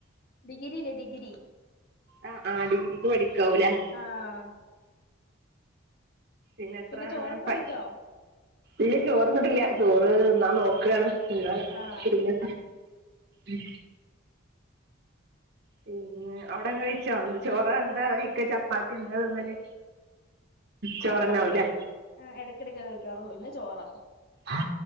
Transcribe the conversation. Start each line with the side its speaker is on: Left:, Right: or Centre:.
Left: ഗ്രില്ലേ ഡിഗ്രി
Right: അ ആഹ് ഡിഗ്രിക്ക് പഠിക്കാവുലേ?
Left: ആഹ്
Right: ന്നെ എത്ര
Left: പിന്നെ ചോറൊക്കെ
Right: <unintelligible> പ
Left: കഴിച്ചോ?
Right: ഇല്ല ചോറ്ന്ന്ട്ടില്ല ചോറ് ന്നാൻ നോക്കാണ് ന്നാ
Left: ആഹ്
Right: ഒര്ങ്ങ ഉം പിന്നെ അവ്ടെക്കെ കഴ്ച്ചോ എന്താ ചോറാ എന്താ ഇക്ക ചപ്പാത്ത്യാ എന്താ തിന്നല് ചോറന്നാവൂലേ
Left: ചപ്പാത്തീ എട്ക്കെടെക്കെ കഴ്ക്കാറൊള്ളൂ ഇന്ന് ചോറാ
Right: അ